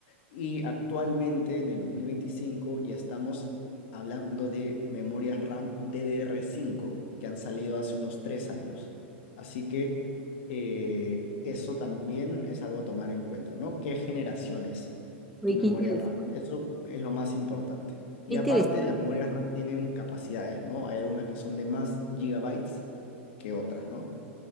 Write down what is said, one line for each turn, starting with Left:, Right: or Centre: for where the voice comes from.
Left: Y actualmente en el 2025 ya estamos hablando de memorias RAM DDR5 que han salido hace unos tres años. Así que eh, eso también es algo a tomar en cuenta, ¿no? ¿Qué generación es
Centre: Oye,
Left: tu memoria
Centre: qué interesante,
Left: RAM? Eso es lo más importante. Y
Centre: qué interesante.
Left: aparte, las memorias RAM tienen capacidades, ¿no? Hay algunas que son de más gigabytes que otras, ¿no?